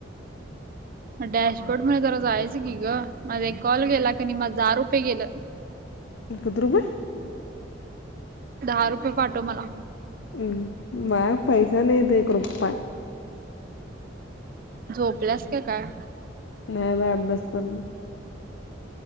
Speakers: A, on the right; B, on the left.
A: म डॅशबोर्डमध्ये जरा जायचं की गं. माझा एक कॉल गेला कनी, माझं दहा रुपये गेलं.
B: कित रुपये?
A: दहा रुपय पाठव मला.
B: अं माह्या पैसा नाहीे, इत एक रुपाया.
A: झोपलास का काय?
B: नाही बाई अभ्यास करलोय.